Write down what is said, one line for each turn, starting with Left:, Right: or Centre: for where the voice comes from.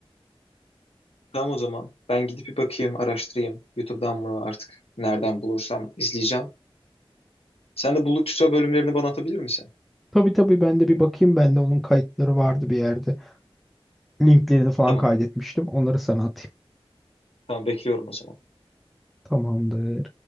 Left: Tamam o zaman ben gidip bir bakayım, araştırayım. YouTube'dan mı artık nereden bulursam izleyeceğim. Sen de buldukça bölümlerini bana atabilir misin?
Centre: Tabii tabii ben de bir bakayım. Bende onun kayıtları vardı bir yerde. Linklerini falan
Left: Tamam,
Centre: kaydetmiştim. Onları sana atayım.
Left: tamam bekliyorum o zaman.
Centre: Tamamdır.